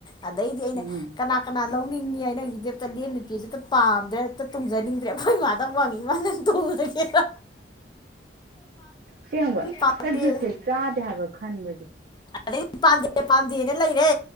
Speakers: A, on the left; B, on the right.
A: ꯑꯗꯩꯗꯤ ꯑꯩꯅ
B: ꯎꯝ
A: ꯀꯅꯥ ꯀꯅꯥ ꯂꯧꯅꯤꯡꯉꯤ ꯍꯥꯏꯅ ꯍꯧꯖꯤꯦꯇ ꯂꯦꯝ ꯅꯨꯄꯤꯁꯤꯦꯇ ꯄꯥꯝꯗꯦ ꯍꯦꯛꯇ ꯇꯨꯡꯖꯅꯤꯡꯗ꯭ꯔ ꯃꯥꯗ ꯃꯉ ꯃꯅꯦ ꯇꯣꯡꯗ ꯀꯦ
B: ꯁꯦꯡꯕ
A: ꯄꯥꯝꯗꯦ
B: ꯀꯖꯠꯁꯦ ꯆꯥꯗꯦ ꯍꯥꯏꯕ ꯈꯟꯕꯁꯦ
A: ꯑꯗꯩꯗꯤ ꯄꯥꯟꯗꯦ ꯄꯥꯟꯗꯦꯅꯦ ꯂꯩꯔꯦ